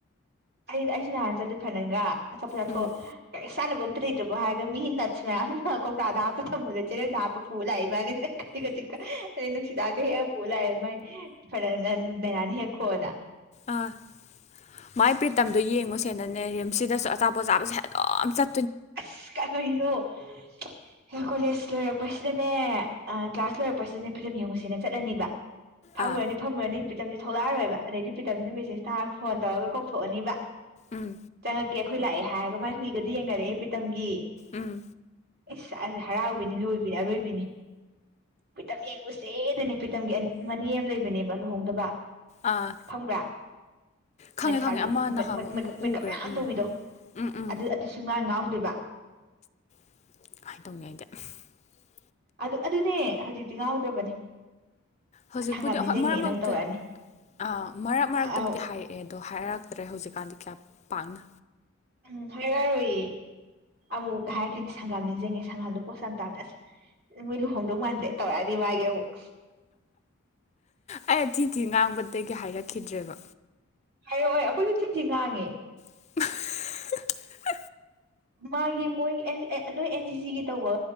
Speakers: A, on the right; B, on the left.
A: ꯑꯩ ꯑꯩꯁꯨ ꯅꯍꯥꯟ ꯆꯠꯂꯨꯏ ꯐꯅꯥꯟꯒ ꯑꯄꯊꯣ
B: ꯎꯝ
A: <unintelligible> ꯆꯥꯅꯕꯥ ꯑꯃꯇ ꯂꯩꯇꯔꯥꯕꯣ ꯍꯥꯏꯒ ꯃꯤ <unintelligible> ꯑ ꯀꯧ ꯇꯥꯗ ꯍꯥꯞꯄ ꯊꯝꯕꯅꯦ ꯆꯦꯔꯪꯗ ꯍꯥꯞꯄ ꯄꯨꯔꯒ ꯂꯛꯏ ꯃꯥꯅꯤ ꯆꯤꯛ ꯆꯤꯛꯅꯨꯡꯁꯤꯗ ꯍꯦꯛꯑꯒ ꯄꯨꯔꯥ ꯂꯥꯛꯏ ꯃꯥꯏ ꯐꯅꯥꯟ ꯗꯥꯏꯅꯥꯅ ꯍꯦꯛꯈꯣꯅꯥ
B: ꯑꯥ ꯃꯥꯏ ꯄꯔꯤꯇꯝ ꯌꯦꯡꯉꯨꯁꯦꯅꯅꯦ ꯔꯤꯝꯁꯁꯤꯗꯁꯨ ꯑꯆꯥꯄꯣꯠ ꯆꯥꯕꯁꯦ ꯑꯗꯨꯝ ꯆꯠ
A: <unintelligible> ꯂꯣꯏꯔꯛꯄꯁꯤꯗꯅꯦ ꯀ꯭ꯂꯥꯁ ꯂꯣꯏꯔꯛꯄꯁꯤꯗꯅꯦ ꯄꯔꯤꯇꯝ ꯌꯦꯡꯉꯨꯁꯤꯅ ꯆꯠꯂꯅꯤꯕ ꯐꯝꯃꯥꯅꯤ
B: ꯑꯥ
A: ꯐꯝꯃꯥꯅꯤ <unintelligible> ꯊꯣꯛꯂꯛ ꯑꯔꯣꯏꯕ ꯑꯗꯩꯩꯗꯤ ꯄꯔꯤꯇꯝꯁꯦ ꯃꯦꯁꯦꯁ ꯊꯔꯒ ꯐꯣꯟ ꯇꯧꯔꯒ <unintelligible> ꯊꯣꯛꯑꯅꯤꯕ
B: ꯎꯝ
A: ꯆꯪꯉꯛꯀꯦ ꯑꯩꯈꯣꯏ ꯂꯥꯛꯑꯦ ꯍꯥꯏꯔꯒ ꯃꯥꯏ ꯍꯨꯏꯒꯗꯨ ꯌꯦꯡꯅꯔꯛꯑꯦ ꯄꯔꯤꯇꯝꯒꯤ
B: ꯎꯝ
A: ꯑꯤꯁ ꯑꯜ ꯍꯔꯥꯎꯕꯤꯅꯤ ꯂꯣꯏꯕꯤꯅꯤ ꯑꯔꯣꯏꯕꯤꯅꯤ ꯄꯔꯤꯇꯝ ꯌꯦꯡꯉꯨꯁꯦꯗꯅꯦ ꯄꯔꯤꯇꯝꯒꯤ ꯃꯅꯤ ꯑꯃ ꯂꯩꯕꯅꯦꯕ ꯂꯨꯍꯣꯡꯗꯕ
B: ꯑꯥ
A: ꯈꯪꯕ꯭ꯔꯥ
B: ꯈꯪꯉꯦ
A: ꯂꯩꯁꯥꯕꯤ
B: ꯈꯪꯉꯦ ꯑꯃ ꯅꯍꯥꯟꯃꯨꯛ
A: ꯃꯦꯀ ꯃꯦꯀ ꯃꯦꯀꯞ
B: ꯎꯝ
A: ꯃꯦꯀꯞ
B: ꯎꯈ꯭ꯔꯦ
A: ꯃꯌꯥꯝ
B: ꯎꯝ
A: ꯇꯧꯕꯤꯗꯣ
B: ꯎꯝ ꯎꯝ
A: ꯑꯗꯨ ꯑꯗꯨꯁꯨ ꯃꯅꯥ ꯉꯥꯎ ꯑꯗꯨꯕ
B: <unintelligible>
A: ꯑꯗꯨ ꯑꯗꯨꯅꯦ ꯍꯧꯖꯤꯛꯇꯤ ꯉꯥꯎꯗ꯭ꯔꯕꯅꯦ
B: ꯍꯧꯖꯤꯛꯄꯨꯗꯤ
A: ꯑꯁ ꯍꯪꯒꯥꯝ ꯅꯤꯡꯁꯤꯡꯉꯦꯅ
B: ꯍꯣꯏ ꯃꯔꯛ ꯃꯔꯛꯇ
A: ꯑꯃꯨꯛ ꯇꯧꯔꯛꯑꯅꯤ
B: ꯑꯥ ꯃꯔꯛ ꯃꯔꯛꯇꯕꯨꯗꯤ
A: ꯎꯝ
B: ꯍꯥꯏꯔꯛꯑꯦ ꯑꯗꯣ ꯍꯥꯏꯔꯛ ꯇ꯭ꯔꯦ ꯍꯧꯖꯤꯛꯀꯥꯟꯗꯤ ꯀꯌꯥꯝ ꯄꯥꯡꯅ
A: ꯎꯝ ꯍꯥꯏꯔꯛꯔꯣꯏꯏ ꯑꯃꯨꯛ ꯀꯩ ꯍꯥꯏꯔꯈꯅꯤ ꯁꯪꯒꯥꯝ ꯅꯤꯡꯁꯤꯡꯉꯦ ꯁꯪꯒꯥꯝꯗꯣ ꯄꯣꯁ ꯌꯥꯝ ꯇꯥꯕꯅꯦ ꯑ ꯃꯣꯏ ꯂꯨꯍꯣꯡꯗꯧ ꯃꯥꯟꯗ꯭ꯔꯦ ꯇꯧꯔꯛꯑꯅꯤ ꯃꯥꯒꯤ ꯑꯃꯨꯛ
B: ꯑꯩꯅ ꯊꯤ ꯊꯤ ꯉꯥꯡꯕ <unintelligible> ꯇꯒꯤ ꯍꯥꯏꯔꯛꯈꯤꯗ꯭ꯔꯦꯕ
A: ꯍꯥꯏꯔꯛꯑꯣꯏ ꯑꯩꯈꯣꯏꯁꯨ ꯊꯤꯟ ꯊꯤ ꯉꯥꯡꯉꯦ
B: <unintelligible>
A: ꯃꯥꯒꯤ ꯃꯣꯏ ꯅꯣꯏ ꯑꯦꯟ ꯖꯤ ꯁꯤꯒꯤ ꯇꯧꯕ